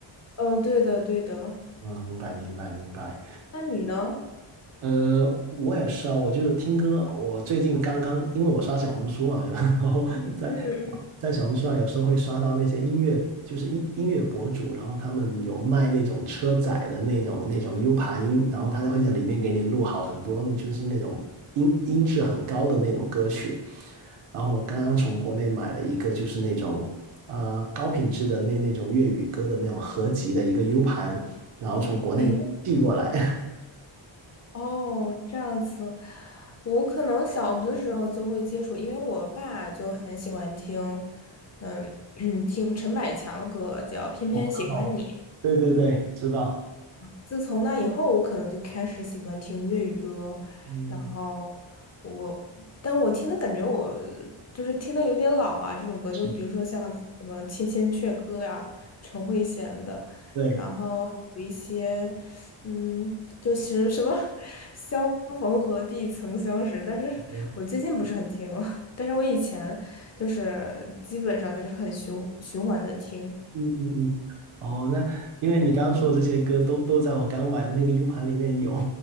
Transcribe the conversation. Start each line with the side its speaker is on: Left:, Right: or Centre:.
Left: 哦，对的，对的。
Right: 嗯，明白明白明白。
Left: 那你呢？
Right: 呃，我也是啊，我就听歌。我最近刚刚，因为我刷小红书嘛，然后在在小红书上有时候会刷到那些音乐，
Left: 嗯嗯。
Right: 就是音音乐博主，然后他们有卖那种车载的那种那种 U 盘音，然后他就会在里面给你录好很多，就是那种音音质很高的那种歌曲。然后我刚刚从国内买了一个，就是那种啊高品质的那那种粤语歌的那种合集的一个 U 盘，然后从国内寄过来。
Left: 诶，那哦，这样子，我可能小的时候就会接触，因为我爸就很喜欢听，嗯，<clears throat> 听陈百强的歌，叫《偏偏喜欢你》。
Right: <laughs> 对对对，知道，
Left: 自从那以后，我可能就开始喜欢听粤语歌，
Right: 嗯，
Left: 然后我，但我听的感觉我就是听的有点老啊，这种歌，
Right: 是，
Left: 就比如说像什么《千千阙歌》呀、陈慧娴的，
Right: 对，
Left: 然后有一些，嗯，就是什么“相逢何必曾相识”，但是我最近不是很听了，
Right: 嗯
Left: <laughs> 但是我以前就是基本上就是很循循环的听。
Right: 嗯嗯嗯，哦，那因为你刚刚说的这些歌都都在我刚买的那个 U 盘里面有，